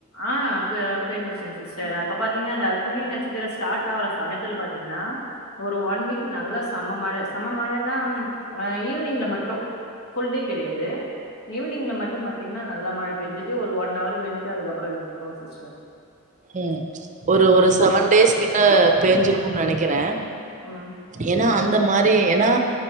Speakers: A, on the left; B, on the right.
A: ஆ பே பேஞ்சுசுங் சிஸ்டர் அப்ப பாத்தீங்கனா அந்த அக்னி நச்சத்திர ஸ்டாட் ஆவர சமயத்துல பாத்தீங்கன்னா ஒரு ஒன் வீக் நல்லா சம மழ சம மழன்னாம் அ ஈவினிங்ல மட்டு புல் டே கெடயாது ஈவினிங்ல மட்டு பாத்தீங்கனா நல்லா மழ பெஞ்சிட்டு ஒரு ஒன் அவர் பெஞ்சுட்டு அதுக்கப் பெரவு நோ சிஸ்டர்
B: ம் ஒரு
A: ம்
B: ஒரு சவன் டேஸ் கிட்ட பேஞ்சிருக்குன் நெனைக்கிறே
A: அ
B: ஏனா அந்த மாரி ஏனா